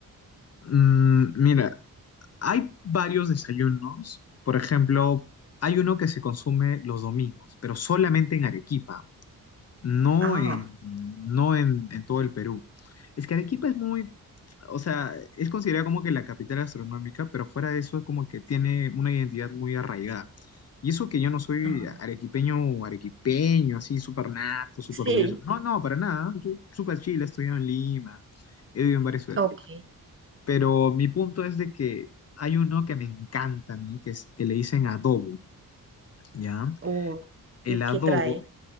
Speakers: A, on the left; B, on the right.
A: Mm, mira, hay varios desayunos. Por ejemplo, hay uno que se consume los domingos, pero solamente en Arequipa. no
B: Ah,
A: en, no en, en todo el Perú. Es que Arequipa es muy, o sea, es considerada como que la capital astronómica, pero fuera de eso es como que tiene una identidad muy arraigada. Y eso que yo no soy
B: ah,
A: arequipeño o arequipeño, así súper nato, súper
B: Sí.
A: orgulloso. No, no, para nada. Yo súper chile, he estudiado en Lima, he vivido en varias ciudades.
B: ok.
A: Pero mi punto es de que hay uno que me encanta a mí, que, es, que le dicen adobo, ¿ya?
B: Uh,
A: El
B: ¿Y
A: adobo
B: qué trae?